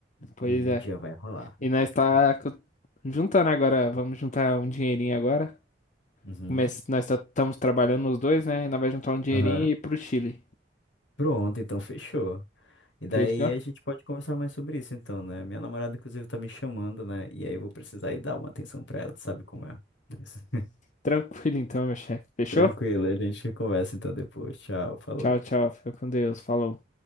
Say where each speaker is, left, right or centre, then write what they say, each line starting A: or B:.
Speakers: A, on the left; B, on the left.
A: Pois
B: Um
A: é.
B: dia vai rolar.
A: E nós tá
B: né?
A: co- juntando agora. Vamos juntar um dinheirinho agora.
B: Uhum.
A: Começa- Nós estamos trabalhando os dois, né? Nós vai juntar um dinheirinho
B: Aham.
A: e ir pro Chile.
B: Pronto, então fechou. E daí
A: Fechou?
B: a gente pode conversar mais sobre isso, então, né? Minha namorada, inclusive, tá me chamando, né? E aí eu vou precisar ir dar uma atenção pra ela, tu sabe como é? <laughs>
A: Tranquilo então, meu chefe. Fechou?
B: Tranquilo, a gente conversa então depois. Tchau, falou.
A: Tchau, tchau. Fica com Deus. Falou.